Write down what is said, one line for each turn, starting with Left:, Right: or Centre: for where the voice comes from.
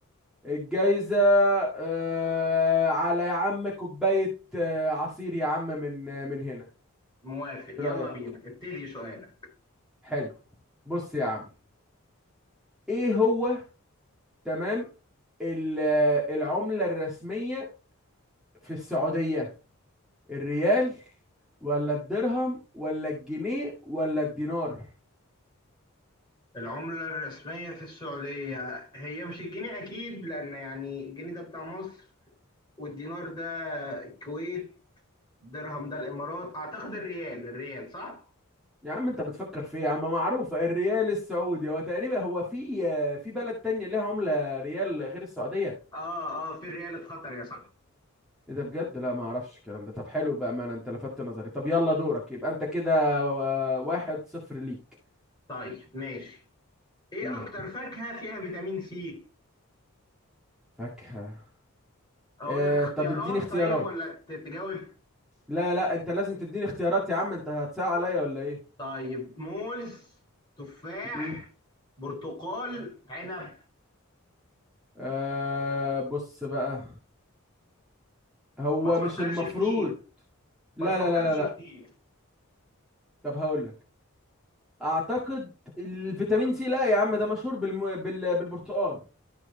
Centre: الجايزة آه على يا عم كوباية آه عصير يا عم من آه من هنا
Left: موافق يلا
Centre: ايه رأيك
Left: بينا ابتدي سؤالك
Centre: حلو بص يا عم ايه هو تمام ال- آه، العملة الرسمية في السعودية الريال ولا الدرهم ولا الجنيه ولا الدينار
Left: العملة الرسمية في السعودية هي مش الجنيه أكيد لأن يعني الجنيه ده بتاع مصر والدينار ده الكويت درهم ده الإمارات أعتقد الريال الريال صح؟
Centre: يا عم انت بتفكر في ايه يا عم معروفة الريال السعودي هو تقريبا هو في في بلد تانية ليها عملة ريال غير السعودية
Left: آه آه في الريال اتخطر يا صاحبي
Centre: ايه ده بجد لا ما اعرفش الكلام ده طب حلو بأمانة انت لفتت نظري طب يلا دورك يبقى انت كده و- واحد صفر ليك
Left: طيب ماشي إيه
Centre: امم
Left: أكتر فاكهة فيها فيتامين سي؟
Centre: فاكهة
Left: اقول
Centre: اه
Left: لك اختيارات
Centre: طب اديني اختيارات
Left: طيب ولا ت- تجاوب
Centre: لا لا انت لازم تديني اختيارات يا عم انت هتساعد عليا ولا ايه
Left: طيب موز تفاح
Centre: امم
Left: برتقال عنب
Centre: اه بص بقى هو
Left: ما تفكرش
Centre: مش المفروض
Left: كتير
Centre: لا
Left: ما تفكرش
Centre: لا لا لا لا
Left: كتير
Centre: طب هقول لك اعتقد الفيتامين سي لا يا عم ده مشهور بالم... بال... بالبرتقال